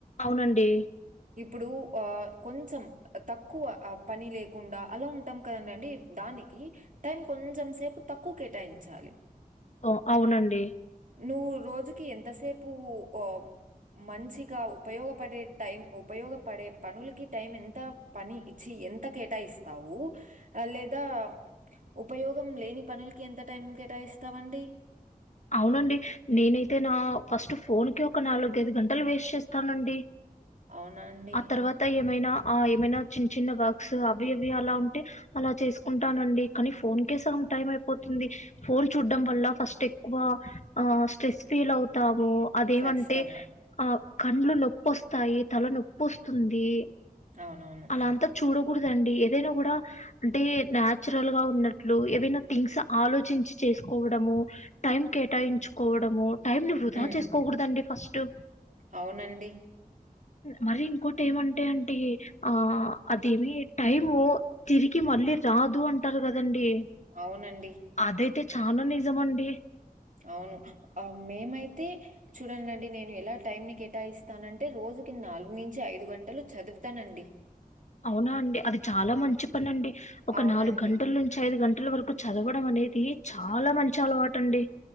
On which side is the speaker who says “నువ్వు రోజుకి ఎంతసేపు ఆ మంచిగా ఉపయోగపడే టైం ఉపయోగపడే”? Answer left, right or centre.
Right